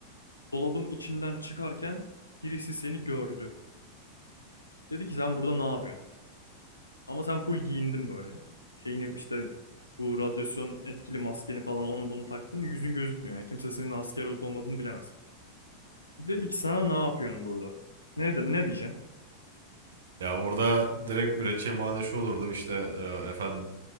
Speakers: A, on the left; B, on the right.
A: Dolabın içinden çıkarken birisi seni gördü. Dedi ki sen burada ne yapıyorsun? Ama sen full giyindin böyle. Şeyini işte bu radyasyon etkili maskeni falan onu bunu taktın. Yüzün gözükmüyor yani. Kimse senin asker olup olmadığını bilemez. Dedik sana ne yapıyorsun burada? Ne, de, ne diyeceksin?
B: Ya orada direkt üreteceğim bahane şu olurdu işte e, efendim